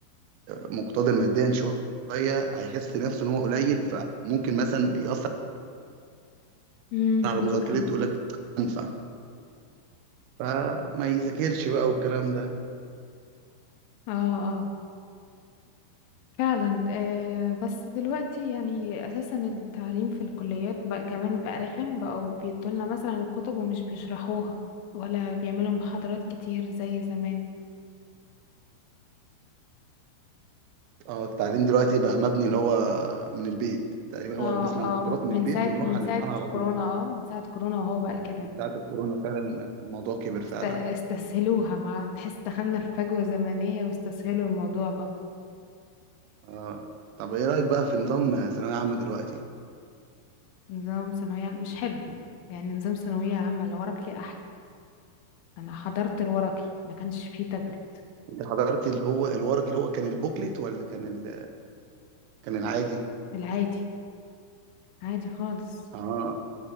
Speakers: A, on the right (about 85°); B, on the left (about 80°).
A: مقتدر ماديا شويه هيحس نفسه ان هو قليل فممكن مثلا ياثر
B: امم
A: على
B: ممكن
A: مذاكرته يقول لك انفع فما يذاكرش بقى والكلام ده
B: اه فعلا آه، بس دلوقتي يعني اساسا التعليم في الكليات بقى كمان بقى رخم بقوا بيدولنا مثلا الكتب ومش بيشرحوها ولا بيعملوا محاضرات كتير زي زمان
A: اه التعليم دلوقتي بقى مبني اللي هو من البيت تقريبا
B: اه
A: هو بنسمع
B: اه
A: المحاضرات
B: من
A: من البيت
B: ساعة
A: ونروح
B: من
A: على
B: ساعة
A: الامتحان على
B: كورونا
A: طول
B: اه من ساعة كورونا وهو بقى كده
A: من ساعة الكورونا فعلا الموضوع كبر فعلا
B: است- استسهلوها مع تحس دخلنا في فجوة زمنية واستسهلوا الموضوع بقى
A: آه. طب ايه رأيك بقى في نظام ثانوية عامة دلوقتي؟
B: نظام ثانوية مش حلو يعني نظام ثانوية عامة الورقي أحلى أنا حضرت الورقي ما كانش فيه تابلت
A: انت حضرت اللي هو الورق اللي هو كان البوكلت ولا كان ال... كان العادي؟
B: العادي عادي خالص
A: اه